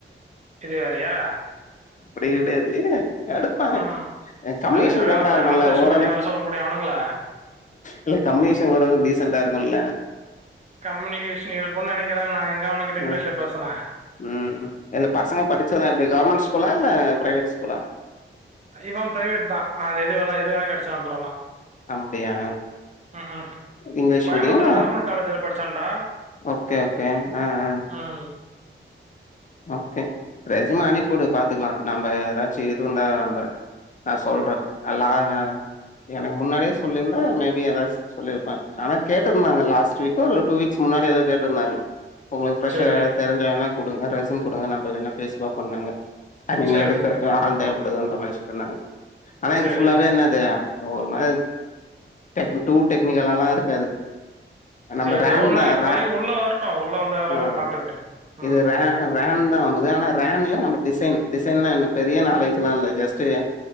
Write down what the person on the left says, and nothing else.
அப்டி கெடையாது எடு ப்பாங்க
கமின்கேஷே
பெட்டரா
இருக்குல
ஓரளக்கு
இல்ல கமினிகேஷன் ஓரளவுக்கு டீசெண்ட்டா இருக்குல்ல
ஆ
ம் இல்ல பசங்க படிச்சதுதா எப்டி கவர்மெண்ட் ஸ்கூலா இல்ல பிரைவேட் ஸ்கூலா
அப்டியா
இங்கிலீஷ்
மீடியமா
ஓகே ஓகே ஆ ஆ
ஓகே ரெஜிம அனுப்பிடு பாத்க்கலா நம்ம ஏதாச்சு இருந்தா நம்ப நா சொல்றேன் அல்லா எனக்கு முன்னாடியே சொல்லியிருந்தா மேபி எதாச் சொல்லிருப்பே ஆனா கேட்ட இருந்தாங்க லாஸ்ட் வீக்கோ ஒரு டூ வீக்ஸ் முன்னாடி ஏதோ கேட்ருந்தாங்க ஒங்களுக்கு ஃப்ரெஷரர்
யாராது தெரிஞ்சா வேணா குடுங்க ரெசிம் குடுங்க நம்ம வேனா பேசி பாப்போன்னாங்க ஐ மீன்
எடுக்கர்து
ஆள் தேவப்படுதுன்ற மாரி சொன்னாங்க ஆனா இது
ஃபுல்லாவே என்னது ஒரு மாதிரி டேக்கன் டூ டெக்னிக்கலல்லா இருக்காது நம்ம
ரேங்
தா
ர
ம்
இது ர ரேன்தா ஆனா ரேன்ல நம்ம டிசைன் டிசைன்லா பெரிய நாலேஜ்லா இல்ல ஜஸ்ட்